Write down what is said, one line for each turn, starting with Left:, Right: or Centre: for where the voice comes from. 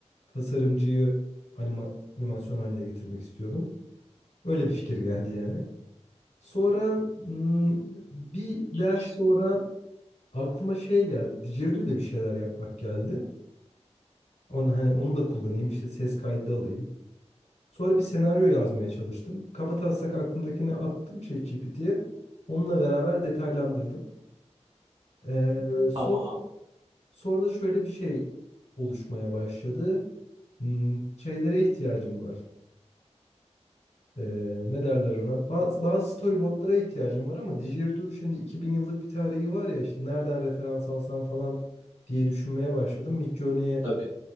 Left: tasarımcıyı anima- animasyon haline getirmek istiyordum. Öyle bir fikir geldi yani. Sonra hmm, bir ders
Right: İnç.
Left: sonra aklıma şey geldi. Didgeridoo ile bir şeyler yapmak geldi. Onu, hani onu da kullanayım işte ses kaydı alayım. Sonra bir senaryo yazmaya çalıştım. Kabataslak aklımdakini attım ChatGPT'ye. Onunla beraber detaylandırdım. Ee, sonra,
Right: Tamam.
Left: sonra da şöyle bir şey oluşmaya başladı. Hmm, şeylere ihtiyacım var. Ee, ne derler ona? Bazı, bazı storyboardlara ihtiyacım var ama Didgeridoo şimdi 2000 yıllık bir tarihi var ya işte nereden referans alsam falan diye düşünmeye başladım. Midjourney'e
Right: Tabii.